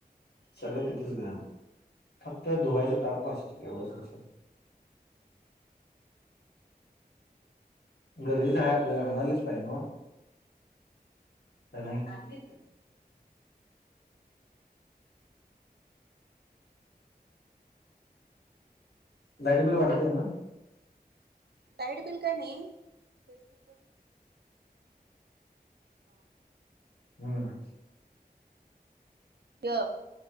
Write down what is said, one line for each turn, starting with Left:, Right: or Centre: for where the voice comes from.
Left: सगळं तिथेच घरा फक्त धुवयच ताप वाचतोय एवढंच
Right: हा
Left: दिसून गरजेचं हाय आपल्याला आणायलाच पाहिजे नव काय नाही आणलय की लाईट बिल वाढतय त्यान
Right: डाईट बिल काय नाही तेज कस हा
Left: हम्म
Right: य